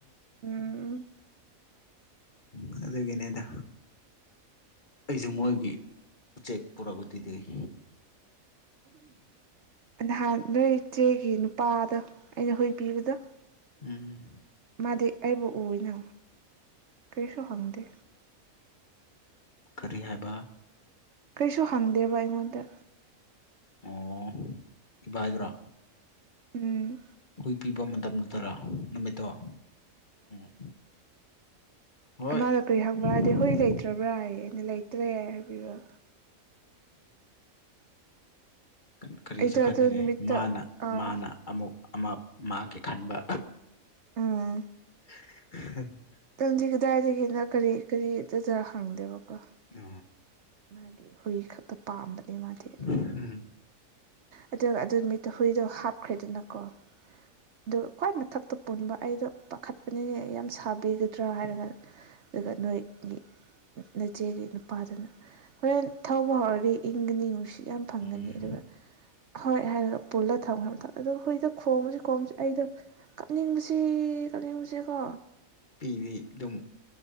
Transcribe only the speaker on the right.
ꯎꯝ
ꯎ ꯅꯍꯥꯟ ꯅꯣꯏ ꯏꯆꯦꯒꯤ ꯅꯨꯄꯥꯗ ꯑꯩꯅ ꯍꯨꯏꯕꯤꯕꯗꯣ
ꯃꯥꯗꯤ ꯑꯩꯕꯨ ꯎꯅ ꯀꯔꯤꯁꯨ ꯍꯪꯗꯦ
ꯀꯩꯁꯨ ꯍꯪꯗꯦꯕ ꯑꯩꯉꯣꯟꯗ
ꯎꯝ
ꯃꯥꯃꯥꯗ ꯀꯔꯤ ꯍꯪꯕ꯭ꯔꯥꯗꯤ
ꯍꯣꯏ ꯂꯩꯇ꯭ꯔꯕ꯭ꯔꯥ ꯑꯩꯅ ꯂꯩꯇ꯭ꯔꯦ ꯍꯥꯏꯕꯤꯕ
ꯑꯩꯗꯣ
ꯑꯗꯨ ꯅꯨꯃꯤꯠꯇ
ꯑꯥ
ꯑꯥ
ꯇꯪꯗꯤ ꯀꯗꯥꯏꯗꯒꯤꯅ ꯀꯔꯤ ꯀꯔꯤ ꯗꯖ ꯍꯪꯗꯦꯕꯀꯣ
ꯃꯥꯒꯤꯦ ꯍ ꯄꯥꯝꯕꯅꯦ ꯃꯥꯗꯤ
ꯑꯗꯨꯒ ꯑꯗꯨ ꯅꯨ ꯃꯤꯠꯇ ꯍꯨꯏꯗꯣ ꯍꯥꯞꯈ꯭ꯔꯦꯗꯅ ꯀꯣ ꯑꯗꯨꯒ ꯈ꯭ꯋꯥꯏ ꯃꯊꯛꯇ ꯄꯨꯟꯕ ꯑꯩꯗꯣ ꯄꯥꯈꯠ ꯅꯅꯦ ꯌꯥꯝ ꯁꯥꯕꯤꯒꯗ꯭ꯔꯥ ꯍꯥꯏꯔ ꯑꯗꯨꯒ ꯅꯣꯏꯒꯤ ꯅꯆꯦꯒꯤ ꯅꯨꯄꯥꯗꯅ ꯍꯣꯔꯦꯟ ꯊꯧꯕ ꯍꯧꯔꯗꯤ ꯏꯪꯒꯅꯤ ꯅꯨꯡꯁꯤꯠ ꯌꯥꯝ ꯐꯪꯒꯅꯤ
ꯑꯗꯨꯒ ꯍꯣꯏ ꯍꯥꯏꯔꯒ ꯄꯨꯜꯂ ꯊꯝꯈ꯭ꯔ ꯃꯇꯝ ꯑꯗꯣ ꯍꯨꯏꯗ ꯈꯣꯡꯝꯕꯁꯤ ꯈꯣꯡꯕꯁꯤ ꯑꯩꯗ ꯀꯞꯅꯤꯡꯕꯁꯤ ꯇꯧꯔꯤꯡꯉꯁꯦꯀꯣ